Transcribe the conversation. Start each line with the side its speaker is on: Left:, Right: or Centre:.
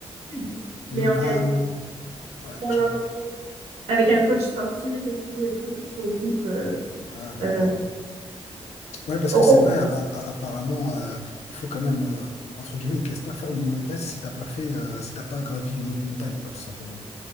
Right: altitude,
Left: Hmm,
Right: mais en réalité,
Left: ah, hmm. ouais,
Right: bien
Left: je
Right: entraîné.
Left: vois.
Right: Avec un coach sportif et tout, et tout, toute une équipe. euh,
Left: Ah, d'accord.
Right: euh,
Left: Ouais, parce
Right: on-
Left: que c'est vrai, a- a- apparemment, euh, il faut quand même, euh, entre guillemets, ils te laissent pas faire le Mont Everest si t'as pas fait, euh, si t'as pas gravi une autre montagne, quoi, tout simplement.